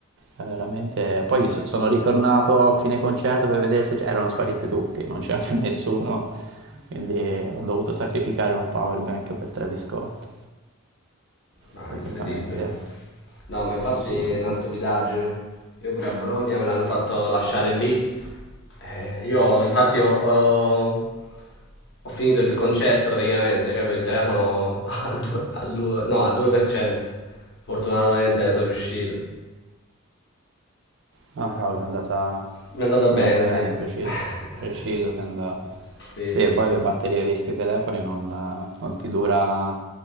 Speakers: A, on the right; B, on the left.
A: È veramente... Poi so- sono ritornato a fine concerto per vedere se c- erano spariti tutti, non c'era più nessuno, quindi ho dovuto sacrificare un power bank per Travis Scott.
B: Ma
A: È stato
B: incredibile.
A: veramente
B: No, ma infatti
A: assurdo
B: è una
A: come...
B: stupidaggine. Io pure a Bologna me l'hanno fatto lasciare lì. Eh, io infatti ho, ho- ho finito il concerto praticamente, che avevo il telefono <laughs> al 2, al 2 no, al 2%. Fortunatamente sono riuscito.
A: Ah, cavolo, ti è andata...
B: Mi è andata bene,
A: è andata bene,
B: sì.
A: preciso,
B: <laughs>
A: preciso ti è andata.
B: Sì,
A: Sì,
B: sì,
A: e poi
B: sì.
A: le batterie di sti telefoni non, non ti dura...